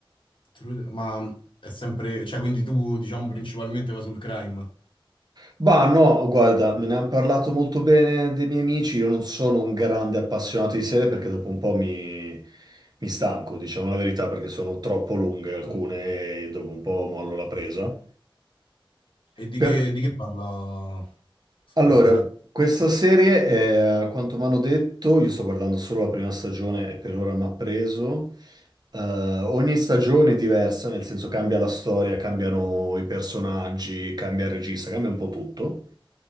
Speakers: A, on the left; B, on the right.
A: True- Ma è sempre, cioè quindi tu diciamo principalmente va sul crime.
B: Bah, no, guarda, me ne hanno parlato molto bene dei miei amici. Io non sono un grande appassionato di serie perché dopo un po' mi, mi stanco, diciamo la verità, perché sono troppo lunghe alcune
A: Mm.
B: e dopo un po' mollo la presa.
A: E di
B: Per-
A: che, di che parla su
B: Allora,
A: questa serie?
B: questa serie, è, a quanto mi hanno detto, io sto guardando solo la prima stagione e per ora mi ha preso. Eh, ogni stagione è diversa, nel senso cambia la storia, cambiano i personaggi, cambia il regista, cambia un po' tutto.